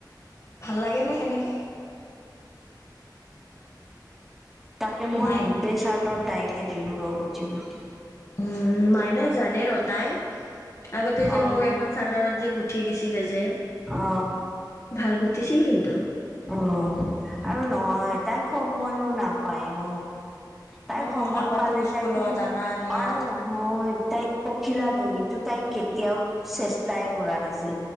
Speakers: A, on the left; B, in the centre.
A: ভাল লাগে নে সেনেকে
B: তাকে মই
A: মাই
B: গোটেই চাৰ্ডত তাইকে দিলোঁ ৰ গ উঠিলোঁ
A: উম মাইনাই জানে ৰ তাই আগতে যে
B: অ
A: মোৰ এখন চাদৰত যে গুঠি দিছিলে যে
B: অ
A: ভাল গুঠিছিল কিন্তু,
B: অ আৰু নহয় তাই সময়ো নাপায় ন? তাই
A: উম
B: সময়
A: আপাতো
B: পালে
A: স্কুলত
B: তাই কিন্তু
A: আনা নিয়া
B: আৰু নহয় তাই পখিলা দৈ। তাই কেতিয়াও চেষ্টাই কৰা নাছিল